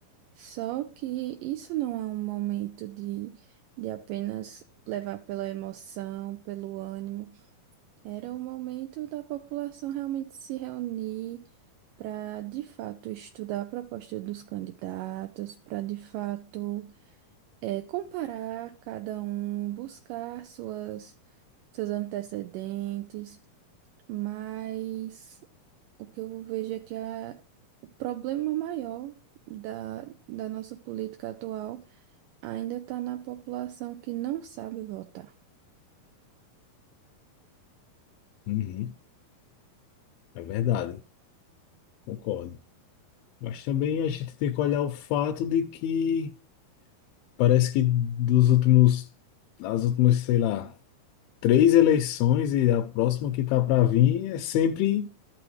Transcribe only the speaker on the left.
Uhum, é verdade, concordo. Mas também a gente tem que olhar o fato de que parece que dos últimos, das últimas, sei lá, três eleições e a próxima que tá para vir é sempre